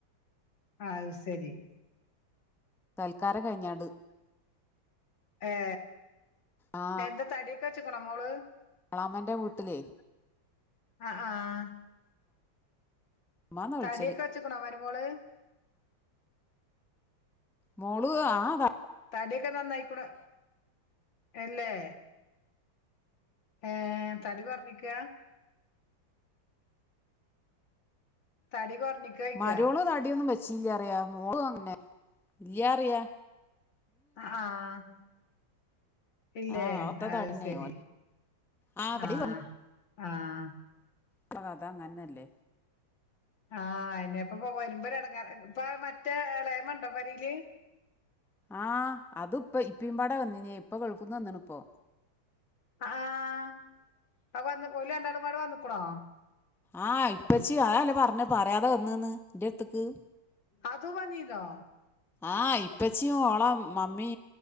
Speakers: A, on the left; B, in the centre.
A: അത് ശരി
B: തൽക്കാരം കഴിഞ്ഞാട്
A: ഏ.
B: ആ
A: എന്താ തടിയൊക്കെ വെച്ചക്കണ മോള്?
B: വളാപ്പന്റെ വീട്ടിലേ-
A: ആഹ് ആഹ്
B: മമ്മാന്നാ
A: തടിയൊക്കെ
B: വിളിച്ചല്
A: വെച്ചക്കണോ മരുമോള്
B: മോളു ആഹ്
A: കടിയൊക്കെ നന്നായിക്കണ് അല്ലേ ഏ തടി കൊറപ്പിക്ക തടി കൊറഞ്ഞിക്കോയ്ക്ക
B: മരോള് തടി ടിയൊന്നും വച്ചില്ലാ പറയാ മോളും അങ്ങനെ ഇല്ലാ പറയാ
A: ആഹ് ഇല്ലേ
B: ആ ഒത്ത
A: അശരി
B: തടിന്നെ ഓ ആ തടി
A: ആഹ് ആഹ്
B: അപ്പ അത് അങ്ങനല്ലേ?
A: ആഹ് ഇന്നെ ഇപ്പൊ വരുമ്പര് ഇടങ്ങേറാ ഇപ്പ മറ്റേ ഇളയമണ്ടോമ്പരില്
B: ആഹ് അതുപ്പ ഇപ്പിംപാടെ വന്നിന്യെ ഇപ്പ ഗൾഫ്‌ന്ന് വന്നണ് പ്പോ.
A: അ ആഹ് അ വന്ന് ഒല് രണ്ടാളുംപട് വന്നക്കണോ?
B: ആഹ് ഇപ്പച്ചി അഅല്ലേ പർഞ് പറ്യാതെ വന്ന് ന്ന് ൻ്റെട്ത്ത്ക്ക്.
A: അതുവന്നീന്നോ.
B: ആഹ് ഇപ്പച്ചിയു ഓള മമ്മി